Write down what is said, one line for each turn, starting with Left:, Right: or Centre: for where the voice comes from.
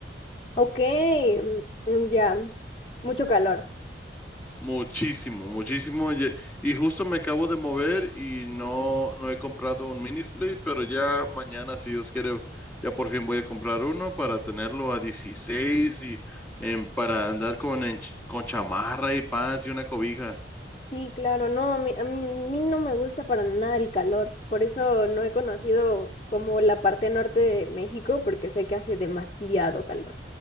Left: Ok, mm, mm, ya, mucho calor.
Centre: Muchísimo, muchísimo. Y, y justo me acabo de mover y no, no he comprado un mini split, pero ya mañana, si Dios quiere, ya por fin voy a comprar uno para tenerlo a 16 y em, para andar con, ench- con chamarra y pants y una cobija.
Left: Sí, claro, no, a mí, a mí no me gusta para nada el calor, por eso no he conocido como la parte norte de México, porque sé que hace demasiado calor.